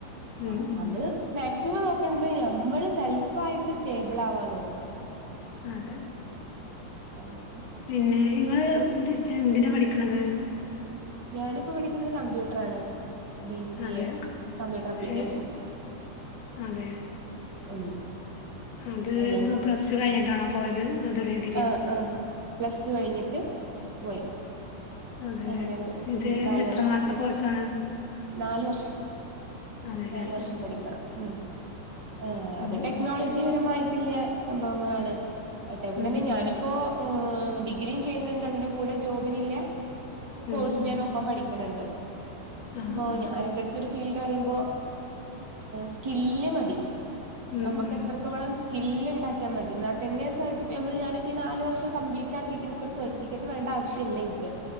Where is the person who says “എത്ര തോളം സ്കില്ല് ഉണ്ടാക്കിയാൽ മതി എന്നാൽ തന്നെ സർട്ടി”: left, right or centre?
Right